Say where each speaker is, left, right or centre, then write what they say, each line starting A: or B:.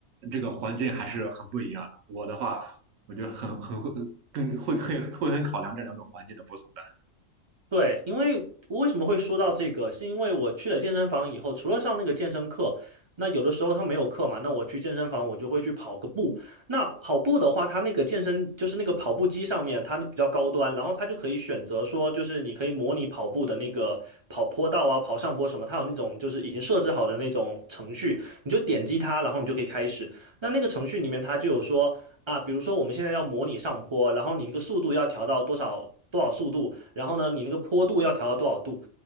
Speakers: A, on the right; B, on the right.
A: 这个环境还是很不一样的。我的话，我觉得很很会更会会会很考量这两种环境的不同的。
B: 对，因为为什么会说到这个，是因为我去了健身房以后，除了上那个健身课，那有的时候他没有课嘛，那我去健身房我就会去跑个步。那跑步的话，他那个健身就是那个跑步机上面，它比较高端，然后它就可以选择说，就是你可以模拟跑步的那个跑坡道啊、跑上坡什么，它有那种就是已经设置好的那种程序，你就点击它，然后你就可以开始。那那个程序里面它就有说。啊，比如说我们现在要模拟上坡，然后你那个速度要调到多少多少速度，然后呢，你那个坡度要调到多少度。